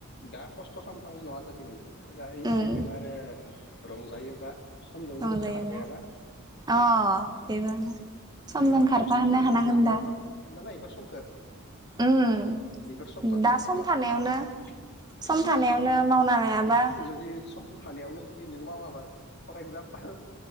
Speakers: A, on the left; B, on the right.
A: दा खस्थ' खालामबा उनाव आजादि मोनजागोन ना दा इन्जयमेन्ट
B: उम
A: आरो रंजायोबा समजों
B: संजायोना
A: लोगोसे खारफायाबा
B: <unintelligible>
A: न'नो
B: खारफानो
A: खस्थ' मोनगोन
B: हानांगोन
A: माने माब्लाबाबो
B: दा
A: मोनफिनलाना इफोर समखौ।
B: उम
A: इफोर समखौ
B: दा
A: माब्लाबाबो
B: सम थानायावनो
A: <unintelligible>
B: सम
A: ओम
B: थानायावनो मावना लायाबा
A: हु जुदि सम थानायावनो जुदि नों मावाबा फर एगजामपोल